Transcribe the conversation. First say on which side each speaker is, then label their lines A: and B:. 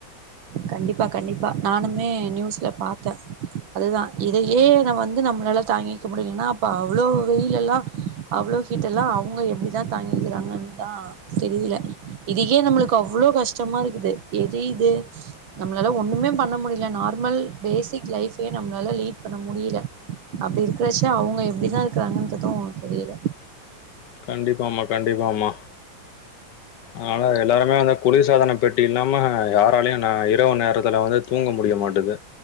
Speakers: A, on the right; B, on the left.
A: கண்டிப்பா கண்டிப்பா நானுமே நியூஸ்ல பாத்தே அதுதா இதையே நா வந்து நம்மளால தாங்கிக்க முடியலன்னா அப்ப அவ்ளோ வெயிலெல்லா அவ்வளோ ஹீட்டெல்லா அவுங்க எப்படிதா தாங்கிக்கிறாங்கன்தா தெரியில இதுக்கே நம்மளுக்கு அவ்ளோ கஷ்டமா இருக்குது எரியிது நம்மளால ஒண்ணுமே பண்ண முடியல நார்மல் பேசிக் லைஃபே நம்மளால லீட் பண்ண முடியல அப்டி இருக்கிறச்சா அவுங்க எப்படிதா இருக்கறாங்கன்தது தெரியில
B: கண்டிப்பாம்மா கண்டிப்பாமா அதனால எல்லாருமே வந்து குளிர் சாதன பெட்டி பெட்டி இல்லாம யாராலியு நா இரவு நேரத்துல வந்து தூங்க முடிய மாட்டது